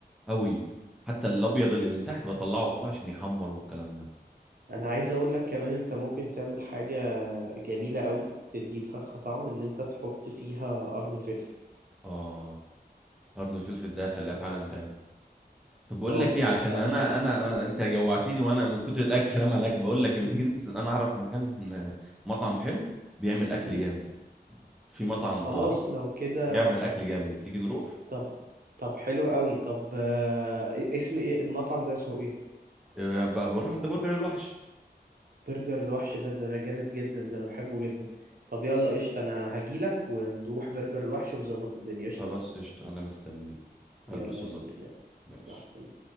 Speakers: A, in the centre; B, on the right (about 60°).
A: أوي حتى الأبيض اللي من تحت بطلعه فوق عشان يحمر والكلام ده
B: انا عايز اقول لك كمان انت ممكن تعمل حاجة جميلة قوي تدي الفرخة طعم ان انت تحط فيها قرن فلفل
A: آه قرن الفلفل ده خلاه في عالم تاني طب بقول
B: اه
A: لك
B: بتبقى
A: ايه عشان انا انا انا
B: مم.
A: انت جوعتني وانا من كتر الاكل <laughs> كلام على الاكل بقول لك لما
B: مم.
A: تيجي ننزل انا اعرف مكان مطعم حلو بيعمل اكل
B: مم.
A: جامد في مطعم
B: خلاص
A: اعرفه
B: لو كده
A: يعمل اكل جامد تيجي نروح
B: طب طب حلو قوي طب آه، اسم ايه المطعم ده اسمه ايه
A: إيه، ب- بروح عند برجر الوحش
B: برجر الوحش ده ده انا جامد جدا ده انا بحبه جدا طب يلا قشطة انا هجيلك ونروح برجر الوحش ونظبط الدنيا قشطة
A: خلاص قشطة انا مستنيك هلبس
B: يلا
A: واظبط
B: يا زميلي يلا
A: ماشي
B: مع السلامة